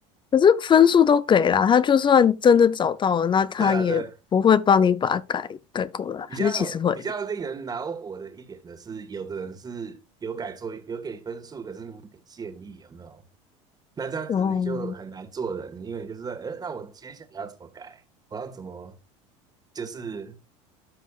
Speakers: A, on the left (about 30°); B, on the right (about 25°).
A: 可是分数都给了，他就算真的找到了，那他也不会帮你把它改改过来，
B: 对啊，对，比较比较令人恼火的一点的是，
A: 还是其实会？
B: 有的人是有改作有给分数，可是没有给建议，有没有？那这样子你就很难做人，
A: 哦，
B: 因为你就是说，呃，那我接下来要怎么改？我要怎么就是